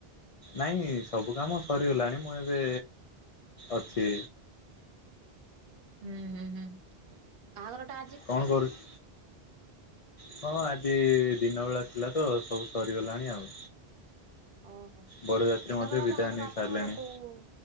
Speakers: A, on the left (about 60°); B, on the right (about 65°).
A: ନାଇଁ ସବୁ କାମ ସରିଗଲାଣି ମୁଁ ଏବେ ଅଛି।
B: ହୁଁ ହୁଁ ହୁଁ ବାହାଘରଟା
A: କଣ କରୁଚ? ହଁ ଆଜି ଦିନବେଳା ଥିଲା ତ ସବୁ ସରିଗଲାଣି ଆଉ।
B: ଓହୋ
A: ବରଯାତ୍ରୀ
B: ଦିନବେଳା
A: ମଧ୍ୟ ବିଦାୟ
B: ବାହାଘର
A: ନେଇ
B: ଆପଣଙ୍କର
A: ସାରିଲେଣି।
B: କୋଉ